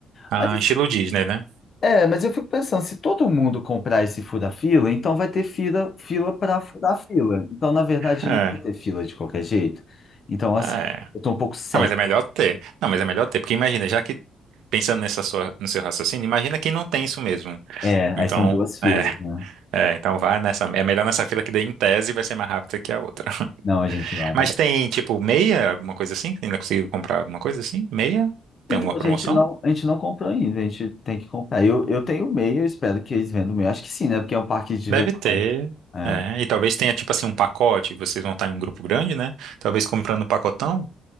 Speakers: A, on the right; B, on the left.
A: Ah,
B: Mas assim,
A: estilo Disney, né?
B: É, mas eu fico pensando, se todo mundo comprar esse fura-fila, então vai ter fila, fila para furar fila. Então, na verdade,
A: É,
B: não vai ter fila de qualquer jeito. Então, assim,
A: é.
B: eu tô um pouco cético.
A: Ah, mas é melhor ter. Não, mas é melhor ter, porque imagina, já que pensando nessa sua, no seu raciocínio, imagina quem não tem isso mesmo.
B: É, aí
A: Então,
B: são duas filas,
A: é,
B: né?
A: é, então vá nessa, é melhor nessa fila que daí em tese vai ser mais rápida que a outra. <laughs>
B: Não, a gente lava.
A: Mas tem tipo meia, alguma coisa assim? Você Ainda consigo comprar alguma coisa assim? Meia? Tem
B: Então,
A: alguma
B: a
A: promoção?
B: gente não, a gente não comprou ainda, a gente tem que comprar. Eu, eu tenho o meio, eu espero que eles vendam o meio. Acho que sim, né? Porque é um parque de diversão.
A: Deve ter.
B: É.
A: É, e talvez tenha tipo assim um pacote, vocês vão estar em um grupo grande, né? Talvez comprando um pacotão